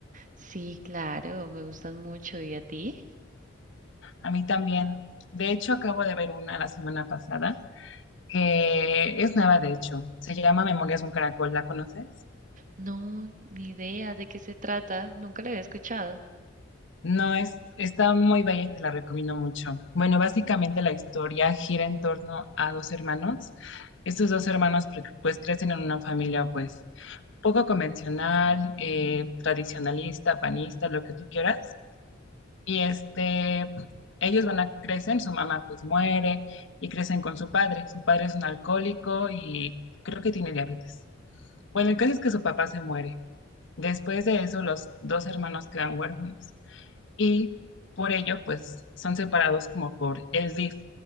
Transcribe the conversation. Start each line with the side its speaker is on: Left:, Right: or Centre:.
Right: Sí, claro, me gustan mucho. ¿Y a ti?
Left: A mí también. De hecho, acabo de ver una la semana pasada que es nueva, de hecho. Se llama Memorias de un Caracol. ¿La conoces?
Right: No, ni idea de qué se trata. Nunca la había escuchado.
Left: No, es, está muy bella y te la recomiendo mucho. Bueno, básicamente la historia gira en torno a dos hermanos. Estos dos hermanos pre- pues crecen en una familia pues poco convencional, eh, tradicionalista, panista, lo que tú quieras. Y este, ellos van a crecen, su mamá pues muere y crecen con su padre. Su padre es un alcohólico y creo que tiene diabetes. Bueno, el caso es que su papá se muere. Después de eso, los dos hermanos quedan huérfanos y por ello, pues son separados como por el DIF